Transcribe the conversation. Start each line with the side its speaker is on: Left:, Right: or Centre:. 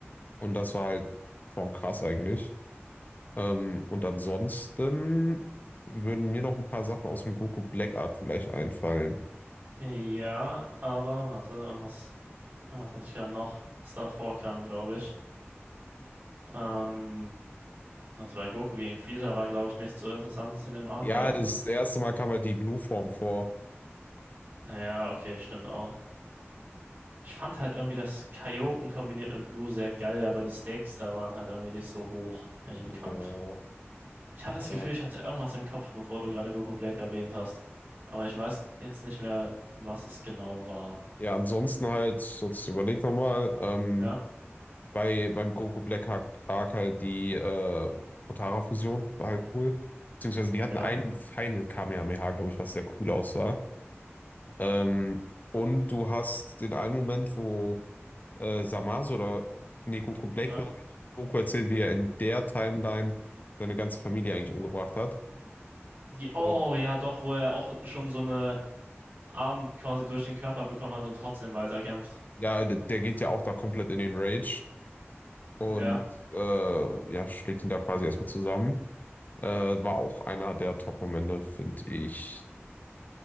Left: Und das war halt schon krass eigentlich. Ähm, und ansonsten würden mir noch ein paar Sachen aus dem Goku Black Arc vielleicht einfallen.
Right: Ja, aber, warte, irgendwas, irgendwas hatte ich gerade noch, was davor kam, glaube ich. Ähm, also bei Goku gegen Freezer war, glaube ich, nichts so Interessantes in dem Arc,
Left: Ja,
Right: oder?
Left: das erste Mal kam halt die Blue-Form vor.
Right: Ja, okay, stimmt auch. Ich fand halt irgendwie das Kaioken kombiniert mit Blue sehr geil, aber die Stakes da waren halt irgendwie nicht so hoch in dem
Left: Ja,
Right: Kampf. Ich habe das
Left: äh,
Right: Gefühl, ich hatte irgendwas im Kopf, bevor du gerade Goku Black erwähnt hast. Aber ich weiß jetzt nicht mehr, was es genau war.
Left: ja, ansonsten halt, sonst überleg nochmal. Ähm,
Right: Ja,
Left: bei beim Goku Black Arc, Arc halt die äh, Potara-Fusion, war halt cool. Beziehungsweise die
Right: ja,
Left: hatten einen Final Kamehameha, glaube ich, was sehr cool aussah. Ähm, und du hast den einen Moment, wo äh, Zamasu oder nee, Goku Black,
Right: ja.
Left: glaube ich, Goku erzählt, wie er in der Timeline seine ganze Familie eigentlich umgebracht hat.
Right: Die, oh
Left: Und
Right: ja, doch, wo er auch schon so eine Arm quasi durch den Körper bekommen hat und trotzdem weiterkämpft.
Left: ja, der, der geht ja auch da komplett in den Rage und
Right: Ja,
Left: äh, ja, schlägt ihn da quasi erstmal zusammen. Äh, war auch einer der Top-Momente, finde ich.